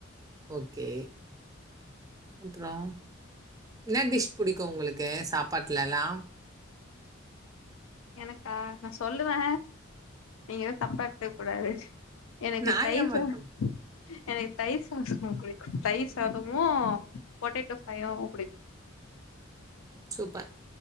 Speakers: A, on the right; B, on the left.
A: ஓகே அப்பறோ என்ன டிஷ் பிடிக்கு உங்களுக்கு சாப்பாட்லல்லா
B: எனக்கா நா சொல்லுவே நீங்க எது தப்பா எடுத்துக்க கூடாது எனக்கு
A: நான்
B: தயிர்
A: ஏமாத்தும்.
B: சாதோ எனக்கு தயிர் சாதோ பிடிக்கு தயிர் சாதமு பொட்டேட்டோ ஃப்ரையு பிடிக்கு
A: சூப்பர்